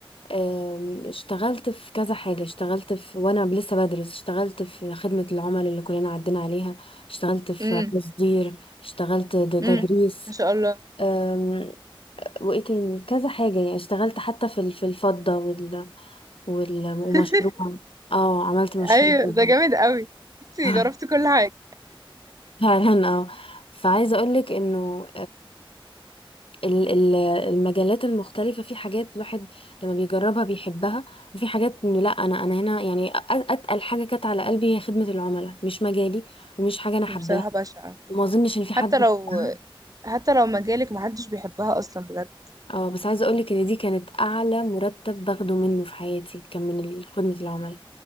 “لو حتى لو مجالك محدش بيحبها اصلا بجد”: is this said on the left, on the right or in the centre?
Right